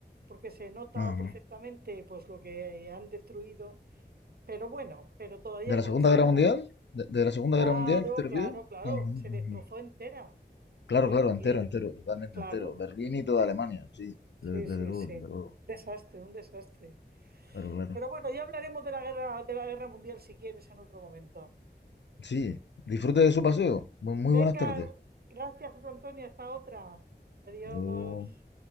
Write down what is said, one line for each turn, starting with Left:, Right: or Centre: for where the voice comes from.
Right: porque se nota
Left: Ajá.
Right: perfectamente pues lo que han destruido, pero bueno, pero todavía
Left: ¿De la
Right: conserva.
Left: Segunda Guerra Mundial? ¿De, de la Segunda
Right: Claro,
Left: Guerra Mundial te refieres?
Right: claro, claro,
Left: Ajá, ujú.
Right: se destrozó entera.
Left: Claro,
Right: Sí,
Left: claro,
Right: Berlín,
Left: entero, entero, totalmente
Right: claro.
Left: entero. Berlín y toda Alemania, sí. Desde,
Right: Sí, sí,
Left: desde luego,
Right: sí.
Left: desde luego.
Right: Desastre, un desastre.
Left: Claro, claro.
Right: Pero bueno, ya hablaremos de la guerra, de la guerra mundial si quieres en otro momento.
Left: Sí, disfrute de su paseo. Bu- Muy
Right: Venga,
Left: buenas tardes.
Right: gracias, José Antonio. Hasta otra. Adiós.
Left: Hasta luego.